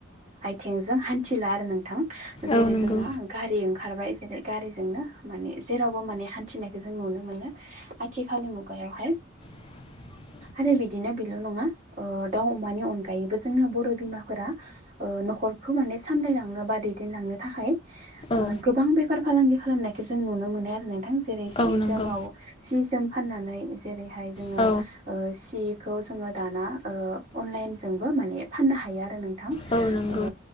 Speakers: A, on the right (about 35°); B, on the left (about 25°).
A: आथिंजों हान्थिला आरो नोंथां। जेरै
B: औ नंगौ
A: जोंना गारि ओंखारबाय जेरै गारिजोंनो माने जेरावबो माने हान्थिनायखौ जों नुनो मोनो आथिखालनि मुगायाव हाय
B: <unintelligible>
A: आरो बिदिनो बेल' नङा ओ दाउ अमानि अनगायैबो जोंना बर' बिमाफोरा ओ न'खर खौ सामलायलांनो बा दैदेनलांनो थाखाय
B: औ
A: ओ गोबां बेफार फालांगि खालामनायखौ जों नुनो मोनो आरो नोंथां। जेरै सि
B: औ नंगौ
A: जोमाव सि जोम फाननानै जेरै बेहाय जोङो
B: औ
A: सि -खौ जोङो दाना अनलाइनजोंबो माने फाननो हायो आरो नोंथां।
B: औ नंगौ
A: ओ।